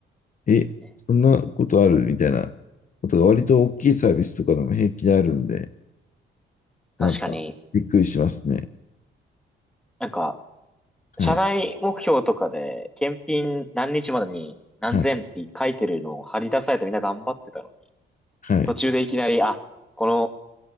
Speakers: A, on the left; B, in the centre.
A: え、
B: ね
A: そんなことあるみたいなことが割と大きいサービスとかでも平気であるんで、
B: 確かに、
A: なんかびっくりしますね。
B: なんか、社内目標とかで、
A: はい、
B: 検品何日までに何千って書いてるのを貼り出されてみんな頑張ってたのに、
A: はい、はい。
B: 途中でいきなり、あ、この、